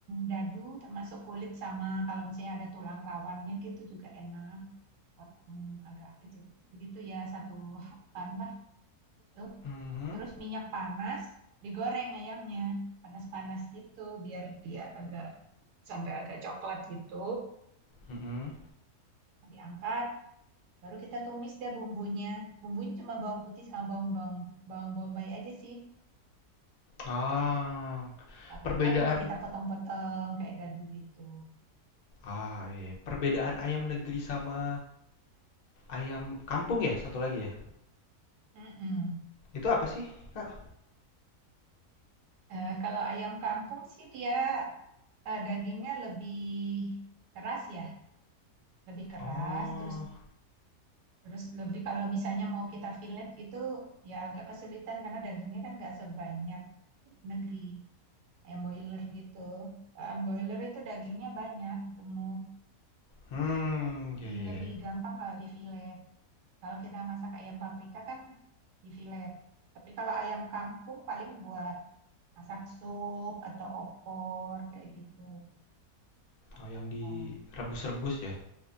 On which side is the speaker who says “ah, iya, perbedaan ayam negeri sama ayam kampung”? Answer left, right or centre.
Left